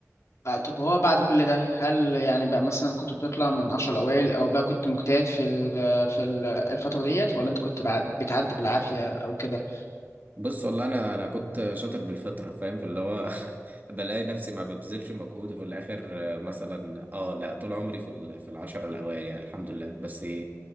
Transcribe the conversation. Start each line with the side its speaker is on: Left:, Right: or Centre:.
Left: آه، طب هو بعد كل ده هل يعني بقى مثلا كنت بتطلع من عشر الأوائل أو بقى كنت مجتهد في ال في ال الفترة ديت ولا أنت كنت بع- بتعدي بالعافية أو كده؟
Right: بص والله أنا أنا كنت شاطر بالفطرة فاهم في اللي هو <laughs> بلاقي نفسي ما ببذلش مجهود وفي الآخر آه، مثلا اه لا طول عمري في ال- في العشرة الأوائل يعني الحمد لله بس